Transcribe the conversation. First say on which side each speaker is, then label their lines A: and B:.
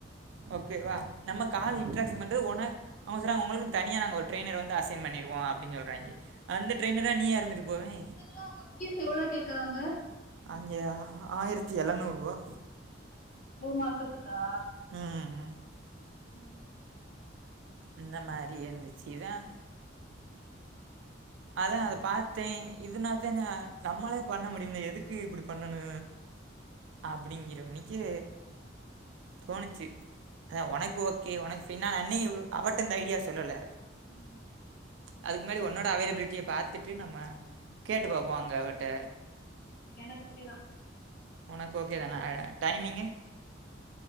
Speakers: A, on the right; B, on the left.
A: ஓகேவா நம்ம கால் இன்ட்ராகஷன் பண்றது வொன அவ்ங்க சொறாங்க உங்களுக்கு தனியா நாங்க ஒரு ட்ரைனர வந்து அசைன் பண்ணிடுவோ அப்டின் சொல்றாய்ங்கே அந்த ட்ரெயினரா நீயா இருந்துட்டு போவே
B: இதுக்கெல்லா அவங்க ஃபீஸ் எவ்ளோ கேக்கறாங்க
A: அங்கே ஆயிரத்தி எழநூறு ரூவா
B: மூணு மாசத்துக்கா
A: அஹ
B: ம்
A: இந்த மாரி வந்துச்சி இதான் அதா அத பாத்தே இதனாத்தா நா நம்மளே பண்ண முடியும்ல எதுக்கு இப்டி பண்ணனு அப்டிங்கிற மெனிக்கு தோணுச்சு உனக்கு ஓகே உனக்கு பின்னா நன்னி அவட்ட இந்த ஐடியா சொல்லல
B: ம்
A: அதுக்கு முன்னாடி ஒன்னா அவேப்லிட்டிய பாத்துட்டு நம்ம கேட்டு பாப்போ அங்க அவட்ட
B: எனக்கு ஓகேதா
A: ஒனக்கு ஓகே தான டைமிங்கு